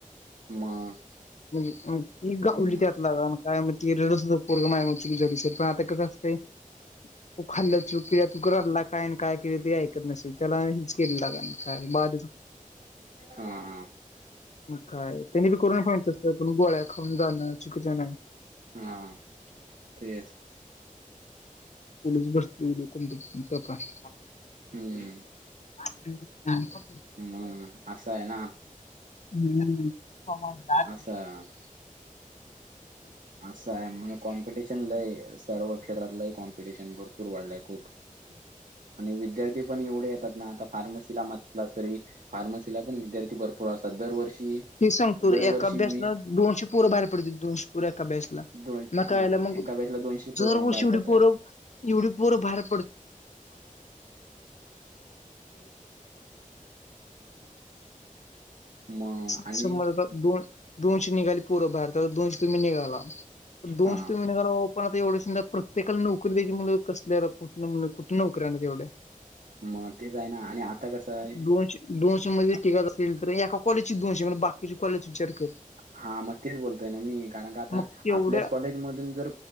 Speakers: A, on the right (about 70°); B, on the left (about 55°).
A: मग
B: म्हणजे ती गावली
A: हम्म
B: त्यात काय ती रेडच हो पोर चुक झाली सर पण आता कसं असत. उ खाल् चुकी तु कल् ला. काय काय केले ते ऐकत नसेल त्याला हेच केले लाग काय बा.
A: हा हा.
B: काय त्यांनी बी करून पण गोळ्या खाऊन जाण चुकीचं नाही?
A: हा तेच.
B: <unintelligible> <unintelligible>
A: हम्म हम्म असं आहे ना?
B: हम्म कमवतात.
A: असं असं आहे म्हण कॉम्पिटिशन लय सर्व क्षेत्रात कॉम्पिटिशन भरपूर वाढलंय खूप आणि विद्यार्थी पण एवढे आहेत. आता फार्मसीला म्हटला अस तरी फार्मसीला पण विद्यार्थी भरपूर असतात दरवर्षी.
B: ते सांगतो
A: अ दरवर्षी
B: एका बॅचला
A: वीस
B: दोनशे पोर बाहेर पडतील दोनशे पोर एका बॅचला.
A: दोन
B: नकायला
A: हा
B: मग
A: एका बॅचला दोनशे पोरं
B: जर वर्षी
A: बाहेर
B: एवढी
A: पडतायत
B: पोर एवढी पोरं बाहेर
A: मग आणि
B: <unintelligible> दोन दोनशे निघाली पोर भारतात दोनशे तुम्ही निघाला दोनशे
A: हा
B: तुम्ही निघाला. पण आता एवढे स प्रत्येकाला नोकरी द्यायची म्हटल्यावर कसल कुठं नोकरी आण ऐवढ्या.
A: मग ते जा आहेना आणि आता कसं आहे?
B: दोनशे दोनशे मध्ये टिगत असेल तर एका कॉलेजची दोनशे म्हणजे बाकीची कॉलेजच विचार कर.
A: हा मग तेच बोलतोय ना मी कारण का आता
B: मग तेवढ्या
A: आपल्याच कॉलेजमधून जर